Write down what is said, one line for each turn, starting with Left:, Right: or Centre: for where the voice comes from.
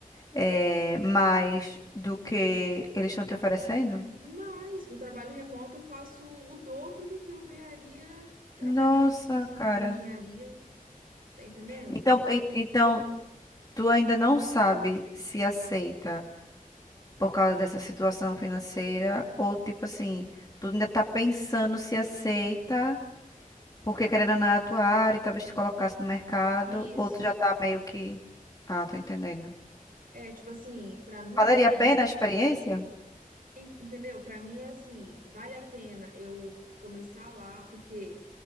Left: eh, mais do que eles estão te oferecendo?
Right: Mas com trabalho remoto eu faço o dobro do que eu ganharia trabalhando
Left: Nossa,
Right: numa-
Left: cara.
Right: na engenharia, tá entendendo?
Left: Então, en- então, tu ainda não sabe se aceita. por causa dessa situação financeira? Ou tipo assim, tu ainda tá pensando se aceita, porque querendo ou não é a tua área e talvez te colocasse no mercado,
Right: Isso.
Left: ou tu já tá meio que. Ah, tô entendendo.
Right: É, tipo assim, pra mim,
Left: Valeria
Right: é,
Left: a pena a experiência?
Right: en- entendeu? Pra mim é assim, vale a pena eu começar lá, porque